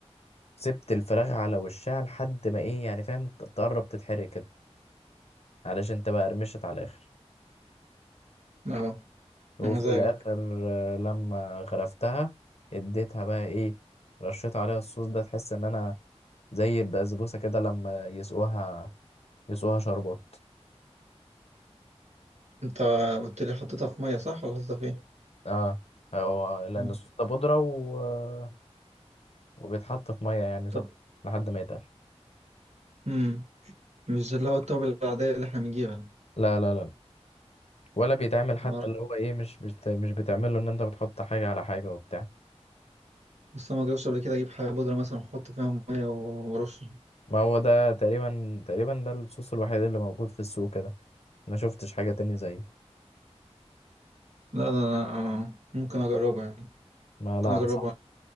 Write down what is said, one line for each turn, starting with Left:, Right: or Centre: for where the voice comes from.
Left: سبت الفراخ على وشها لحد ما ايه يعني فاهم تقرب تتحرق كده علشان تبقى قرمشت على الاخر
Right: اه
Left: وفي
Right: يا مزاجك
Left: الاخر آه، لما غرفتها اديتها بقى ايه رشيت عليها الصوص ده تحس ان انا زي البسبوسه كده لما يسقوها يسقوها شربات
Right: انت قلت لي حطيتها في ميه صح ولا حطيتها في ايه؟
Left: اه هو لان
Right: اه
Left: الصوص ده بودره و... وبيتحط في ميه يعني
Right: طب
Left: سخنه لحد ما يتقل
Right: مم. مش اللي هو التوابل العادية اللي احنا بنجيبها
Left: لا لا لا ولا بيتعمل حتى
Right: ما
Left: اللي هو ايه مش مش مش بتعمل له ان انت بتحط حاجه على حاجه وبتاع
Right: بس أنا ما جربش قبل كده اجيب حاجة بودرة مثلا احط فيها مية ورش لا
Left: ما هو ده تقريبا تقريبا ده الصوص الوحيد اللي موجود في السوق كده ما شفتش حاجه تاني زيه
Right: لا لا آه، ممكن اجربها يعني
Left: ما
Right: ممكن
Left: لا
Right: اجربها
Left: انصح